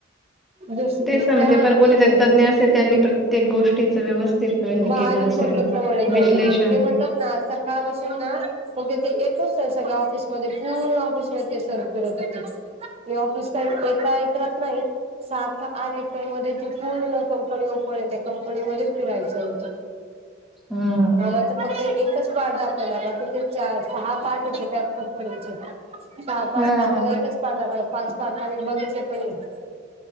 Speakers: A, on the right; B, in the centre.
A: दुस
B: तेच
A: दुसऱ्या
B: ना मग
A: <unintelligible>
B: ते पण
A: हो
B: कोणीतरी तज्ञ असेल त्यांनी प्रत्येक गोष्टीचं व्यवस्थित हे
A: म आधीच
B: केलं असेल
A: बघितलं म्हणे त्यांनी,
B: विश्लेषण
A: ते म्हणतात ना आज सकाळपासून ना फक्त ते एकच सर सगळ्या ऑफिसमध्ये, पूर्ण ऑफिसमध्ये ते सर फिरत होते. ते ऑफिस काय एका एकरात नाही. सात का आठ एकरमध्ये ते पूर्ण कंपनी ओपन ये, त्या कंपनीमध्ये फिरायचं होतं.
B: हम्म
A: आम्हाला त फक्त एकच पार्ट दा आम्हाला, तिथे चा, सहा पार्ट होते त्या कंपनीचे सहा पार्ट
B: हा
A: त आम्हाला एकच पार्ट दाखवला पाच पार्ट त आम्ही बघितले पण नाही.